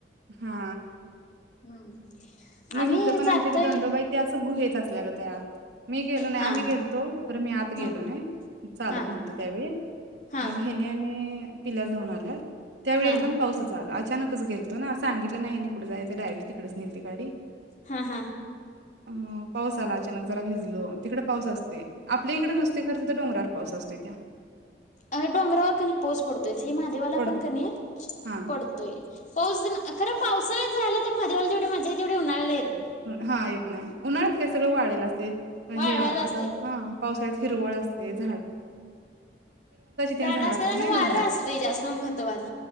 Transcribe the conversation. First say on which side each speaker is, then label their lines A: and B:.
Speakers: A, on the right (about 80°); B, on the left (about 45°).
A: हा.
B: हम्म.
A: मग
B: आम्ही
A: इथं पण
B: जातोय
A: आमच्या दंडोबाई ते असं गुहेेत असल्यागत आत मी गेलो नाही
B: हा
A: आम्ही गेलतो खर मी आत गेलो
B: हा
A: नाही. चालत
B: हा
A: नव्हतं त्यावेळी
B: हा
A: मग हेनी आणि पिल्या जाऊन आ त्यावेळी
B: हा
A: एकदम पाऊसच अचानकच गेलतो ना सांगितलं नाही ह्यांनी कुट जायच डायरेक्ट तिकडच नेलती गाडी.
B: हा हा.
A: अ पाऊस आला अचानक जरा भिजलो तिकड पाऊस असतोय. आपल्या इकडे नसते खर तिंथ डोंगरावर पाऊस असतो्य‌ त्या
B: अ डोंगरावर कनी पाऊस पडतो तेच कि महादेवाला
A: पडतोय
B: पण कनी
A: हा
B: पडतोय पाऊस खंर पावसाळ्यात झायला ते महादेवाला जेवढी मज्जा ये तेवढे उन्हाळ्याला येत नाही.
A: हा येत नाही उन्हाळ्यात काय सगळं वाळलेल असतय
B: वाळलेलं
A: हे आता
B: असतय
A: हा पावसाच हिरवळ असतेच. तेन
B: झाड
A: झाडं
B: असत
A: असतील
B: आणि
A: ना
B: वारं
A: डोंगरात
B: असत जास्त महत्त्वाचा